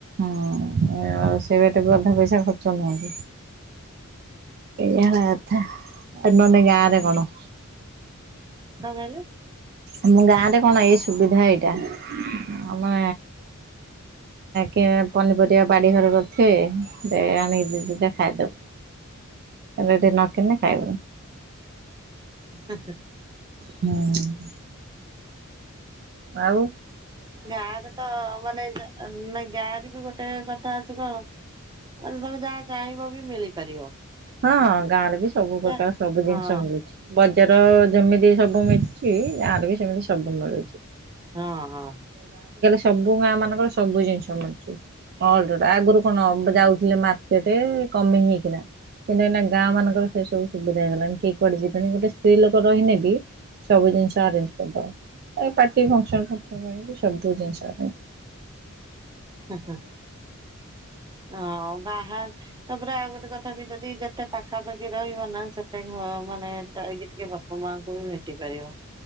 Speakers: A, on the right; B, on the right.
A: ଉ ସେ ବାଟେ ବି ଅଧା ପଇସା ଖର୍ଚ୍ଚ ନୁହଁ କି? ଏଇଆ ହେଲା କଥା ଆଉ ନହେନେ ଗାଁରେ କଣ
B: କଣ କହିଲୁ?
A: ଆମ ଗାଁ ରେ କଣ ଏଇ ସୁବିଧା ଏଇଟା ଆମେ କି ପନିପରିବା ବାଡି ଘର କରିଥିବେ ଆଣିକି ଦିଦିଟା ଖାଇଦବ। ଏଠି ନକିଣିଲେ ଖାଇବନି।
B: ହିଁ, ହିଁ।
A: ହଁ। ଆଉ।
B: ଗାଁ ରେ ତ ମାନେ ନାଇ ଗାଁରେ ବି ଗୋଟେ କଥା ଅଛି କଣ? ନାଁ ତମେ ଯାହା ଚାହିଁବ ବି ମିଳିପାରିବ।
A: ହଁ ଗାଁ ରେ ବି ସବୁ ପ୍ରକାର
B: ଯା
A: ସବୁ ଜିନିଷ
B: ହଁ
A: ମିଳୁଛି ବଜାର ଯେମିତି ସବୁ ମିଶୁଛି ଗାଁରେ ବି ସେମିତି ସବୁ ମିଳୁଛି।
B: ହଁ ହଁ।
A: ସବୁ ଗାଁ ମାନଙ୍କର ସବୁ ଜିନିଷ ମିଳୁଛି। ହ ଆଗରୁ କଣ ଯାଉଥିଲେ ମାର୍କେଟରେ କମେଇ ହେଇକିନା କିନ୍ତୁ ଏଇନା ଗାଁ ମାନଙ୍କର ସେ ସବୁ ସୁବିଧା ହେଇଗଲାଣି କେହି କୁଆଡେ ଯିବେନି ଗୋଟ ସ୍ତ୍ରୀ ଲୋକ ରହିଁନେ ବି ସବୁ ଜିନି ସ ଆରେନଜ କରିଦେବ ପାର୍ଟି ଫକ୍ସନ ଖର୍ଚ୍ଚ ପାଇଁ ସବୁ ଜିନିଷ
B: ହଁ ବାହାର ସ ପୁରା ଆଉ ଗୋଟେ କଥା ବି ଯଦି ଯେତେ ପାଖାପାଖି ରହିବ ନା ସେତେ ଘ ମାନେ ଯାଇକି ଟିକେ ବାପ ମାଆ ଙ୍କୁ ବି ଭେଟି ପାରିବ